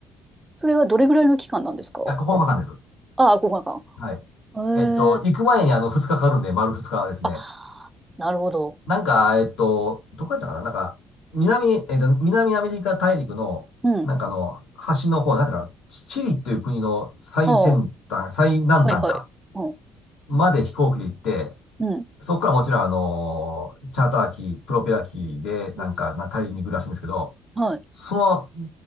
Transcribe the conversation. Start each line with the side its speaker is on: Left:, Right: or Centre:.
Right: それはどれぐらいの期間なんですか
Left: や、9日間です。
Right: ああ、5日
Left: はい。
Right: 間。
Left: えっと、
Right: へえ。
Left: 行く前にあの、2日かかかるんで、丸2日ですね。
Right: あ、なるほど。
Left: なんか、えっと、どこやったかななんか、南、えっと、南アメリカ大陸の、
Right: うん。
Left: なんかあの、端の方、なんていうか、チチリっていう国の最先端、
Right: ああ、
Left: 最南端か、
Right: はいはい。うん。
Left: まで飛行機で行って、
Right: うん。
Left: そこからもちろんあの、チャーター機、プロペラ機で、なんか、
Right: うん
Left: な大陸に行くらしいんですけど、
Right: はい。
Left: その、